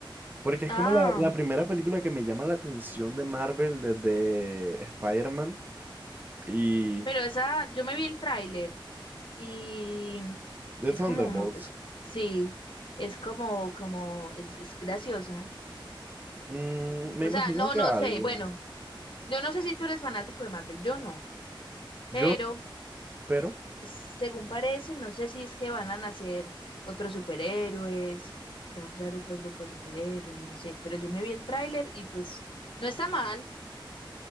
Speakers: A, on the right; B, on the left.
A: Porque es
B: Ah.
A: como la, la primera película que me llama la atención de Marvel desde Spider-Man y
B: Pero esa, yo me vi el tráiler y
A: de
B: es
A: Thunderbolts.
B: como uno, es- sí, es como, como, es, es graciosa.
A: Mm, me
B: O
A: imagino
B: sea, no,
A: que
B: no
A: algo.
B: sé, bueno, yo no sé si tú eres fanático de Marvel, yo no,
A: Yo,
B: pero
A: pero,
B: según parece, no sé si es que van a nacer otros superhéroes, se va a crear otro grupo de superhéroes, no sé, pero yo me vi el tráiler y pues no está mal,